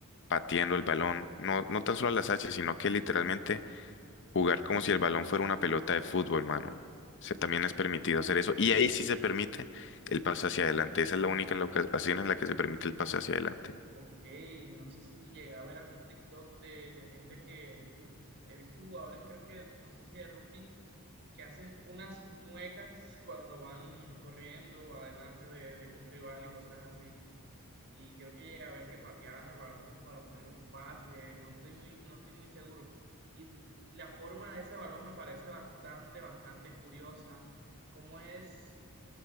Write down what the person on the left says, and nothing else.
pateando el balón, no, no tan solo a las hachas, sino que literalmente jugar como si el balón fuera una pelota de fútbol, mano. Se, también
es permitido hacer eso. Y ahí sí se permite el pase hacia adelante. Esa es la única en la ocasión en la que se permite el pase hacia adelante.